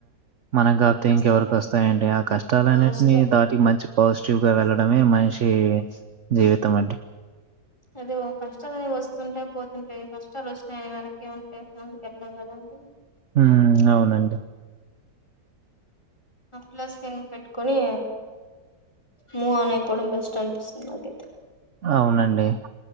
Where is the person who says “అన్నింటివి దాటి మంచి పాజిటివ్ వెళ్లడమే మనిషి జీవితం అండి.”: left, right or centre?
Right